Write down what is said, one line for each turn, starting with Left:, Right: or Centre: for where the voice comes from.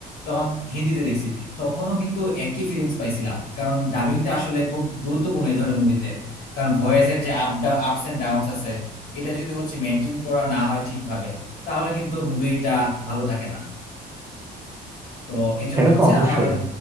Left: তখন হিন্দিতে দেখছি তখনও কিন্তু একই ফিলিংস পাইছিলাম কারণ ডাবিংটা আসলে খুব গুরুত্বপূর্ণ এই ধরনের মুভিতে কারণ ভয়েসের যে up down ups and downs আছে এটা যদি হচ্ছে মেনটেন করা না হয় ঠিকভাবে তাহলে কিন্তু মুভিটা ভালো থাকে না তো এই জন্য
Right: সেটা
Left: হচ্ছে
Right: তো অবশ্যই
Left: আমার